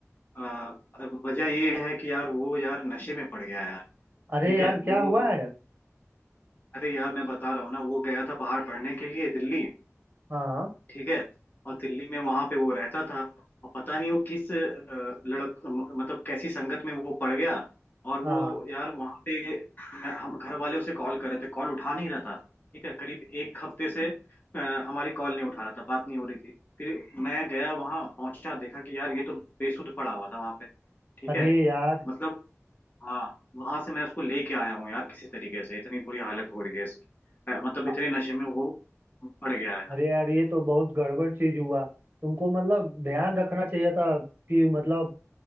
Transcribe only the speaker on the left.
आ, अब वजह ये है कि यार वो यार नशे में पड़ गया यार
ठीक
है वो
अरे यार मैं बता रहा हूँ ना वो गया था बाहर पढ़ने के लिए दिल्ली
ठीक है और दिल्ली में वहां पे वो रहता था और पता नहीं वो किस अ, लड़क म- मतलब कैसी संगत में वो पड़ गया और वो
यार वहां पे मैं- हम घर वाले उसे कॉल कर रहे थे कॉल उठा नहीं रहा था ठीक है करीब एक हफ्ते से अ, हमारी कॉल नहीं उठा रहा था बात नहीं हो रही थी फिर मैं गया वहां पहुंचा देखा कि यार ये तो बेसुध पड़ा हुआ था वहां पे ठीक
है
मतलब हाँ वहां से मैं उसको लेके आया हूँ यार किसी तरीके से इतनी बुरी हालत हो रही है इसकी अ, मतलब
इतने नशे में वो पड़ गया है यार